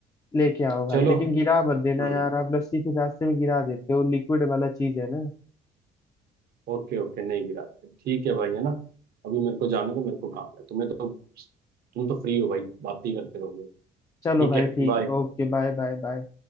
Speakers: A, on the left (about 20°); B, on the right (about 65°).
A: लेके आओ भाई
B: चलो
A: लेकिन गिरा मत देना
B: हम्म
A: यार आप लस्सी के रास्ते में गिरा देते हो लिक्विड वाला चीज है ना
B: ओके ओके नहीं गिराते ठीक है भाई है ना अभी मेरे को जाने दो मेरे को काम है तुम्हें तो तुम तो फ्री हो भाई बात ही करते रहोगे
A: चलो
B: ठीक
A: भाई
B: है
A: ठीक
B: बाय
A: है ओके बाय बाय बाय